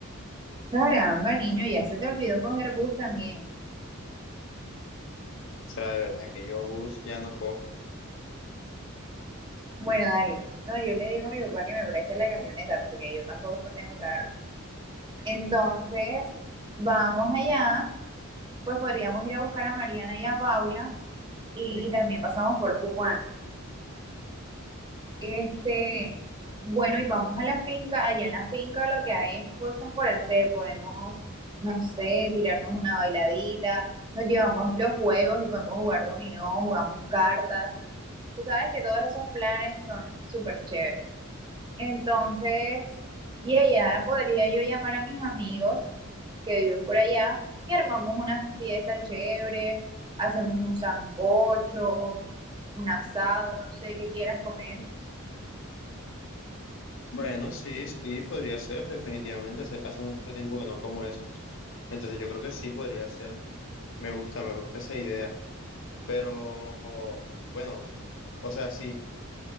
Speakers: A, on the right; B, on the left.
A: Caramba, niño, ya se te olvidó coger bus también.
B: O sea, de verdad que yo bus ya no cojo.
A: Bueno, dale. No, yo le digo a mi papá que me preste la camioneta porque yo tampoco tengo carro. Entonces, vamos allá, pues podríamos ir a buscar a Mariana y a Paula y, y también pasamos por Juan. Este, bueno, y vamos a la finca. Allá en la finca lo que hay es cosas por hacer. Podemos, no sé, tirarnos una bailadita. Nos llevamos los juegos y podemos jugar dominó, jugamos cartas. Tú sabes que todos esos planes son súper chéveres. Entonces, y allá podría yo llamar a mis amigos que viven por allá y armamos unas fiestas chéveres. Hacemos un sancocho, un asado, no sé qué quieras comer.
B: Bueno, sí, sí, podría ser, definitivamente. Hace, hace mucho tiempo que no como esos. Entonces yo creo que sí podría ser. Me gusta, me gusta esa idea. Pero, bueno, o sea, sí.